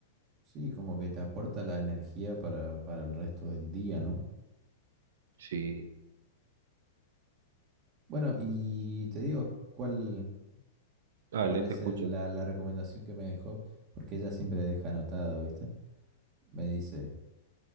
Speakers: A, on the right; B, on the right.
A: sí, como que te aporta la energía para, para el resto del día, ¿no?
B: Sí.
A: Bueno, y te digo, ¿cuál,
B: Dale,
A: cuál es
B: te escucho.
A: el- la, la recomendación que me dejó? Porque ella siempre deja anotado, ¿viste? Me dice,